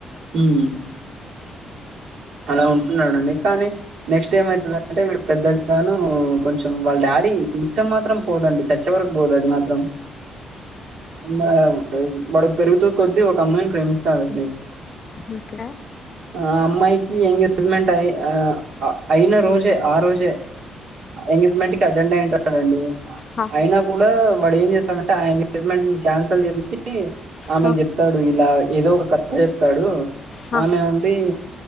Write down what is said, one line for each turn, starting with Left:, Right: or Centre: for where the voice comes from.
Right: ఉమ్ అలా ఉంటున్నాడండి కానీ నెక్స్ట్ ఏమైతుందన్ అంటే వి వీడు పెద్దగ్గాను కొంచెం వాళ్ళ డాడీ ఇష్టం మాత్రం పోదండి చచ్చే వరకు పోదు అది మాత్రం <unintelligible> వాడు పెరుగుతూ కొద్ది ఒక అమ్మాయిని ప్రేమిస్తాడండి
Left: ఓకే
Right: ఆ అమ్మాయికి ఏం లే జ్మెంట్ అయి ఆ అయిన రోజే ఆ రోజే ఎంగేజ్మెంట్ అటెండ్ అయ్యింటాడండి
Left: హ,
Right: అయినా కూడా వాడు ఏం చేస్ సామంటే ఆ ఎంగేజ్మెంట్ ని క్యాన్సల్ చేపిచ్చి ఆ
Left: హ,
Right: నేన్ చెప్తా చూడు ఇలా ఏదో ఒక కథ చెప్తాడు
Left: హ,
Right: ఆమె ఉండి